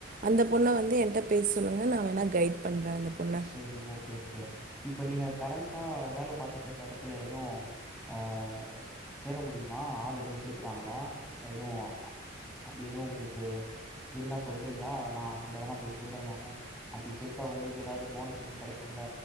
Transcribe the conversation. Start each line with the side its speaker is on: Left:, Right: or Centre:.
Right: அந்த பொண்ண வந்து ஏன்ட்ட பேச சொல்லுங்க நா வேணா கைட் பண்ற அந்த பொண்ணை
Centre: சேரி ஓகே ஓகே இப்ப நீங்க கரண்ட்டா வேல பாத்துட்டு இருக்க எடத்துல எதுவு ஆ சேர முடியுமா ஆள் எதுவு சேக்கறாங்களா எதுவு அப்டி எதுவு உங்களுக்கு இருந்தா சொல்றீங்களா நா அவங்கள்ட்ட வேணா போய் சொல்ற நானு அப்டி சேத்தா உங்களுக் கு ஏதாவது போனஸ் எதுவு கடைக்கும்ல